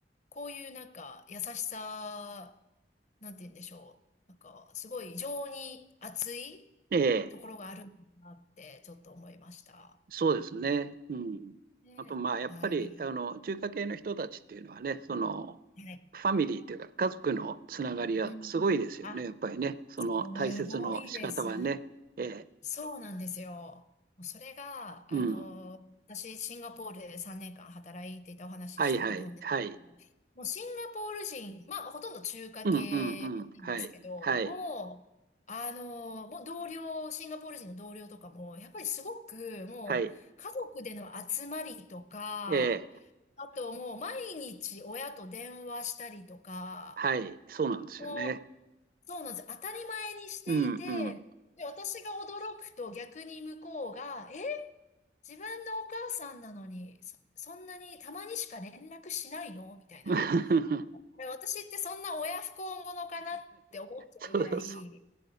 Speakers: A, on the left (about 40°); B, on the right (about 50°).
A: こういうなんか、優しさ、なんて言うんでしょう。なんか、すごい情に熱い
B: ええ、
A: ところがあるんだなって、ちょっと思いました。
B: そうですね。うん。
A: ね。
B: あと、まあ、やっぱり、
A: はい。
B: あの、中華系の人たちっていうのはね、その、
A: はい
B: ファミリーというか、家族のつながりはすごいですよね、
A: うん。あ、
B: やっぱりね。その大切の仕方はね。
A: すごいです。
B: ええ、
A: そうなんですよ。もうそれが、
B: うん。
A: あの、私、シンガポールで3年間働いていたお話ししたと思うんですけど、
B: はいはい、はい。
A: もうシンガポール人、まあ、ほとんど中華系なんですけど、
B: うんうんうん。はい、はい、
A: もう、あの、もう同僚、シンガポール人の同僚とかも、やっぱりすごく、もう、
B: はい。
A: 家族での集まりとか、
B: ええ、
A: あともう毎日親と電話したりとか、
B: はい、そうなんですよね。
A: もう、そうなんです。当たり前にしていて、
B: うんうん。
A: で、私が驚くと逆に向こうが、え自分のお母さんなのに、そ、そんなにたまにしか連絡しないのみたいな。
B: <laughs>
A: え私ってそんな親不孝者かなって思っちゃうぐらい。
B: そうそ